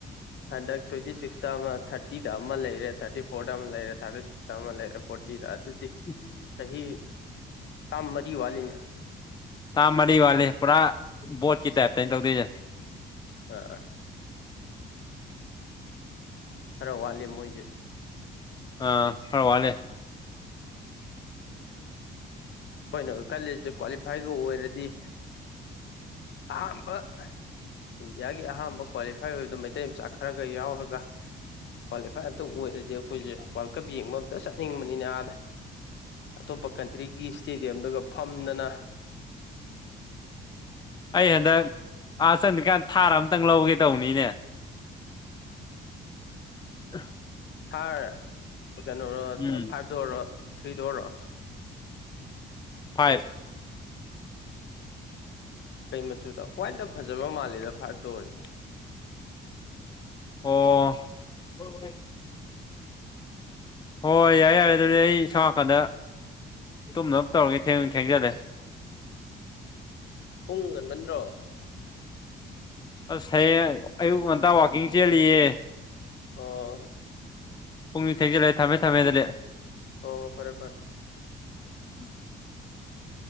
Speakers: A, on the left; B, on the left.
A: ꯍꯟꯗꯛ ꯇ꯭ꯋꯦꯟꯇꯤ ꯁꯤꯛꯁꯇ ꯑꯃ ꯊꯥꯔꯇꯤꯗ ꯑꯃ ꯂꯩꯔꯦ ꯊꯥꯔꯇꯤ ꯐꯣꯔꯗ ꯑꯃ ꯂꯩꯔꯦ ꯊꯥꯔꯇꯤ ꯑꯃꯥ ꯂꯩꯔꯦ ꯐꯣꯔꯇꯤꯗꯥ ꯑꯗꯨꯗꯤ
B: ꯎꯝ
A: ꯆꯍꯤꯍꯤ ꯇꯝ ꯃꯔꯤ ꯋꯥꯦꯅꯦ
B: ꯇ ꯃꯔꯤ ꯋꯥꯦ ꯄꯨꯔꯥ ꯣꯠ ꯇ ꯇ ꯂꯖꯦ
A: ꯑ ꯈꯔ ꯋꯥꯠꯂꯤ ꯃꯣꯏꯁꯦ
B: ꯑ ꯍꯔ ꯋꯥꯂꯦ
A: ꯑꯩꯈꯣꯏꯅ ꯈꯜꯂꯤꯁꯦ ꯀ꯭ꯋꯥꯂꯤꯐꯥꯏꯒ ꯑꯣꯏꯔꯗꯤ ꯑ ꯑꯍꯥꯝꯕ ꯏꯟꯗꯤꯌꯥꯒꯤ ꯑꯍꯥꯟꯕ ꯀ꯭ꯋꯥꯂꯤꯐꯥꯏ ꯑꯣꯏꯕꯗꯣ ꯃꯩꯇꯩ ꯃꯆꯥ ꯈꯔꯒ ꯌꯥꯎꯔꯒ ꯀ꯭ꯋꯥꯂꯤꯐꯥꯏ ꯑꯃꯝꯇ ꯑꯣꯏꯔꯗꯤ ꯑꯩꯈꯣꯏꯁꯦ ꯋꯥꯜ ꯀꯞ ꯌꯦꯡꯕ ꯑꯝꯇ ꯆꯠꯅꯤꯡꯕꯅꯤꯅꯦ ꯑꯥꯗ ꯑꯇꯣꯞꯄ ꯀꯟꯇ꯭ꯔꯤꯒꯤ ꯏꯁꯇꯦꯗꯤꯌꯝꯗꯨꯒ ꯐꯝꯗꯅ
B: ꯑꯩ ꯍꯟꯗꯛ ꯑꯥ ꯆꯪꯗꯔ꯭ꯤꯀꯥꯟ ꯊꯥꯔ ꯑꯃꯇꯪ ꯂꯧꯒꯦ ꯇꯧꯕꯅꯤꯅꯦ <inaudible>
A: ꯊꯔ ꯀꯩꯅꯣꯔꯣ
B: ꯎꯝ
A: ꯐꯥꯏꯗꯣꯔꯔꯣ ꯊ꯭ꯔꯤꯗꯣꯔꯔꯣ
B: ꯐꯥꯏꯚ
A: ꯀꯩ ꯃꯆꯨꯗ ꯋꯥꯏꯠꯅ ꯐꯖꯕ ꯃꯥꯜꯂꯦꯗ ꯐꯥꯏꯚꯇ ꯑꯣꯏꯔꯁꯨ
B: ꯑꯣ ꯍꯣꯏ ꯍꯣꯏ ꯍꯣꯏ ꯍꯣꯏ ꯌꯥꯔꯦ ꯌꯥꯔꯦ ꯑꯗꯨꯗꯤ ꯑꯩ ꯁꯣꯝ ꯅꯥꯀꯟꯗ ꯇꯨꯝꯅꯕ ꯇꯧꯔꯒꯦ ꯊꯦꯡꯖꯨ ꯊꯦꯡꯖꯜꯂꯦ
A: ꯄꯨꯡ ꯉꯟꯃꯟꯗ꯭ꯔꯣ
B: ꯑꯁ ꯍꯌꯦꯡ ꯑꯌꯨꯛ ꯉꯟꯇꯥ ꯋꯥꯛꯀꯤꯡ ꯆꯦꯜꯂꯤꯌꯦ
A: ꯑꯣ
B: ꯄꯨꯡꯅꯤꯡ ꯊꯦꯡꯖꯤꯜꯂꯦ ꯊꯝꯃꯦ ꯊꯝꯃꯦ ꯑꯗꯨꯗꯤ
A: ꯍꯣ ꯍꯣ ꯐꯔꯦ ꯐꯔꯦ
B: ꯎꯝ